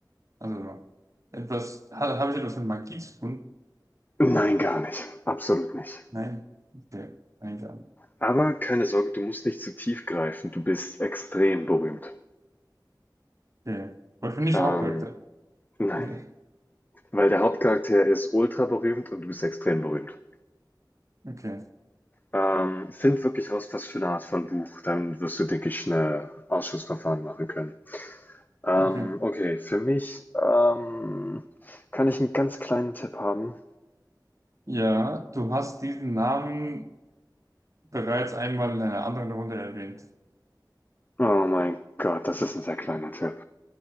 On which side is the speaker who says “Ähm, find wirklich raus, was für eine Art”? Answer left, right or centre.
Left